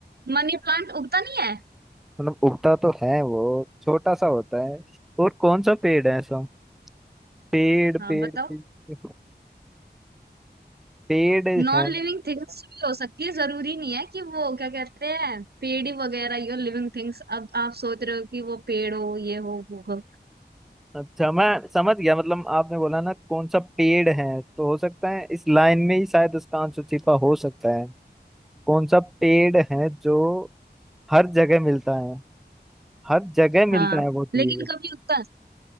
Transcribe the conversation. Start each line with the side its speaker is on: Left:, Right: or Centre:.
Right: मनी प्लांट उगता नहीं है
Centre: मतलब उगता तो है वो छोटा सा होता है और कौन सा पेड़ है ऐसा पेड़ पेड़
Right: हाँ बताओ
Centre: पेड़ पेड़
Right: नॉन
Centre: है
Right: लिविंग थिंग्स भी हो सकती है जरूरी नहीं है कि वो क्या कहते हैं पेड़ ही वगैरह ही हो लिविंग थिंग्स अब आप सोच रहे हो कि वो पेड़ हो ये हो वो हो
Centre: अच्छा मैं समझ गया मतलब आपने बोला ना कौन सा पेड़ है तो हो सकता है इस लाइन में ही शायद उसका आंसर छिपा हो सकता है कौन सा पेड़ है जो हर जगह मिलता है हर जगह मिलता
Right: हाँ
Centre: है वो चीज
Right: लेकिन कभी उगता